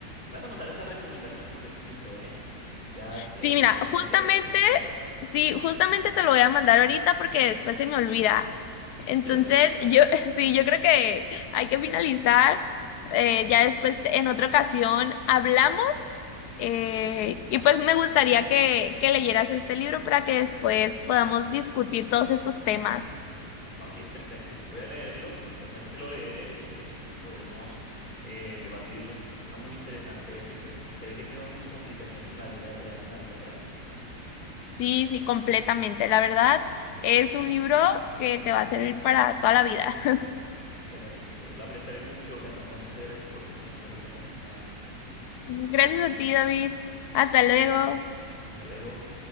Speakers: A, on the left; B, on the left.
A: Me vas a mandar esa recomendación por escrito, ¿eh? Ya eh,
B: Sí, mira,
A: quedaré
B: justamente,
A: pendiente de verlo.
B: sí, justamente te lo voy a mandar ahorita porque después se me olvida.
A: <laughs>
B: Entonces,
A: Ok,
B: yo, <laughs> sí, yo creo que hay que finalizar. Eh, ya después, te- en otra ocasión, hablamos Eh, y pues me gustaría que, que leyeras este libro para que después podamos discutir todos estos temas.
A: ok, perfecto. Voy a leerlo, prometo que lo leeré y entonces pues podremos eh, debatirlo. Suena muy interesante eso y pues se ve que tiene muchas aplicaciones en la vida real y en la vida práctica.
B: Sí, sí, completamente. La verdad, es un libro que te va a servir para toda la vida.
A: Excelente. Lo apreciaré mucho, Cassandra. Muchas gracias por tu tiempo en esta ocasión nuevamente.
B: <laughs> Gracias a ti, David. Hasta luego.
A: Hasta luego.